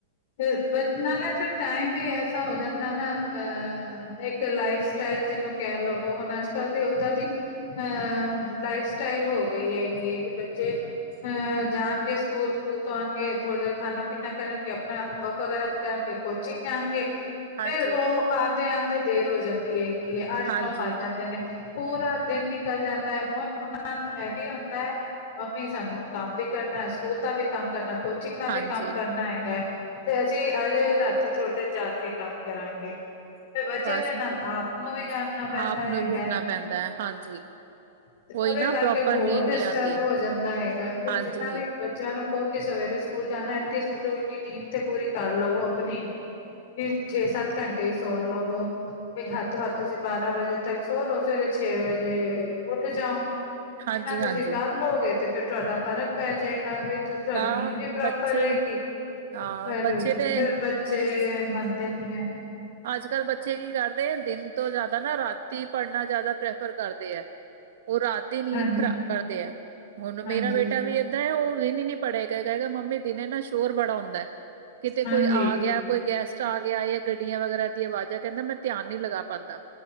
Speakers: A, on the left; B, on the right.
A: ਫੇਰ ਵਤ ਨਾਲੇ ਫੇਰ ਟਾਈਮ ਵੀ ਐਸਾ ਹੋ ਜਾਂਦਾ ਨਾ ਅ ਇੱਕ ਲਾਈਫ ਸਟਾਈਲ ਜਿਨੂੰ ਕੇੈ ਲਵੋ ਹੋਨ ਆੱਜ-ਕਾੱਲ ਦੀ ਓਦਾਂ ਦੀ ਹੰ, ਲਾਈਫ ਸਟਾਈਲ ਹੋ ਗਈ ਹੈਗੀ ਏ ਕਿ ਬੱਚੇ ਹੰ, ਜਾਨਗੇ ਸੁਕੂਲ ਸੁਕੂਲ ਤੇ ਆਨਗੇ ਥੋੜੀ ਦੇਰ ਖਾਨਾ <unintelligible> ਕਰਨਗੇ ਅਪਨਾ ਹੋਂਵਰਕ ਵਗੈਰਾ ਕਰਨਗੇ ਕੋਚਿੰਗ ਜਾਨਗੇ,
B: ਹਾਂਜੀ
A: ਫੇਰ ਓ ਆਂਦੇ-ਆਂਦੇ ਦੇਰ ਹੋ ਜਾਂਦੀ ਹੈਗੀ ਏ ਆੱਠ-ਨੌ
B: ਹਾਂਜੀ
A: ਵਾੱਜ ਜਾਂਦੇ ਨੇ ਪੂਰਾ ਦਿਨ ਨਿਕਲ ਜਾਂਦੈ, ਹੋਨ ਓਨਾਂ ਨੂੰ ਐ ਵੀ ਹੋਂਦੈ ਮੰਮੀ ਸਾਨੂੰ ਕਾੰਮ ਵੀ ਕਰਨੈ ਸੁਕੂਲ ਦਾ ਵੀ ਕਾੰਮ ਕਰਨੈ ਕੋਚਿੰਗ ਦਾ
B: ਹਾਂਜੀ
A: ਵੀ ਨਾ ਹੈਗੈ, ਤੇ ਅਸੀਂ ਅਜੇ ਰਾਤੀ ਥੋੜੀ ਦੇਰ ਜਾ ਕੇ ਕਾੰਮ ਕਰਾਂਗੇ ਤੇ ਬੱਚੇਆਂ
B: ਬਸ
A: ਦੇ ਨਾਲ ਆਪ ਨੂੰ ਵੀ ਜਾਗਨਾ ਪੈਂਦਾ
B: ਆਪ
A: ਹੈਗੈ।
B: ਨੂੰ ਰੁਕਣਾ ਪੈਂਦਾ ਐ ਹਾਂਜੀ
A: ਤੇ
B: ਕੋਈ
A: ਓਦੇ
B: ਨਾ
A: ਕਾਰਕੇ
B: ਪ੍ਰੋਪਰ
A: ਹੋਰ
B: ਨੀਂਦ
A: ਡਿਸਟਰਬ
B: ਨੀ ਆਂਦੀ
A: ਹੋ ਜਾਂਦਾ ਹੇਗੈ ਫੇਰ
B: ਹਾਂਜੀ
A: ਜਿੰਨਾ ਵੀ ਬੱਚੇਆਂ ਨੂੰ ਕੋ ਕੀ ਸਵੇਰੇ ਸੁਕੂਲ ਜਾਨੈ ਐਂਥੇ <unintelligible> ਨੀਂਦ ਤੇ ਪੂਰੀ ਕਾਰ ਲਵੋ ਆਪਨੀ <unintelligible> ਛੇ-ਸੱਤ ਘੰਟੇ ਈ ਸੋ ਲਵੋ ਬਈ ਹਾੱਤ ਤੋ ਹਾੱਤ ਤੁਸੀਂ ਬਾਰਾਂ ਵਜੇ ਤੱਕ ਸੋਲੋ ਸਵੇਰੇ ਛੇ ਵਜੇ ਉੱਠ ਜਾਓ,
B: ਹਾਂਜੀ
A: ਏਨਾ ਤੁਸੀ
B: ਹਾਂਜੀ
A: ਕਾਰਲੋਗੇ ਤੇ ਫਿਰ ਤੁਆਡਾ ਫਰਕ ਪੈ ਜਏਗਾ ਬਈ ਤੁ ਤੁਆਡੀ
B: ਨਾ
A: ਨੀਂਦ ਵੀ ਪ੍ਰੋਪਰ
B: ਬੱਚੇ
A: ਰਏਗੀ।
B: ਹਾਂ
A: <unintelligible> ਪਰ
B: ਬੱਚੇ ਤੇ
A: ਫਿਰ ਬੱਚੇ, ਮੰਨਦੇ ਨੀ ਐ।
B: ਆਜ-ਕੱਲ, ਬੱਚੇ ਕੀ ਕਾਰਦੇ ਦਿਨ ਤੋਂ ਜਾਦਾ ਨਾ ਰਾਤੀ ਪੜਨਾ ਜਾਦਾ ਪ੍ਰੈਫਰ ਕਾਰਦੇ ਐ। ਓ ਰਾਤ ਦੀ ਨੀਂਦ
A: ਹਾਂਜੀ।
B: ਖ਼ਰਾਬ ਕਾਰਦੇ ਐ, ਹੁਨ
A: ਹਾਂਜੀ,
B: ਮੇਰਾ ਬੇਟਾ ਵੀ ਏ ਤੇ ਓ ਦਿਨੀ ਨੀ ਪੜੇਗਾ ਕਏਗਾ ਮੰਮੀ ਦਿਨੇ ਨਾ ਸ਼ੋਰ ਬੜਾ ਹੁੰਦੈ, ਕਿਤੇ
A: ਹਾਂਜੀ,
B: ਕੋਈ ਆ ਗੇਆ ਕੋਈ ਗੈਸਟ ਆ ਗੇਆ ਯਾ ਗ ਗੱਡੀਆਂ ਵਗੈਰਾ ਦੀਆਂ ਆਵਾਜਾ ਕੈਂਦਾ ਮੈਂ ਧੇਆਨ ਨੀ ਲਗਾ ਪਾਂਦਾ,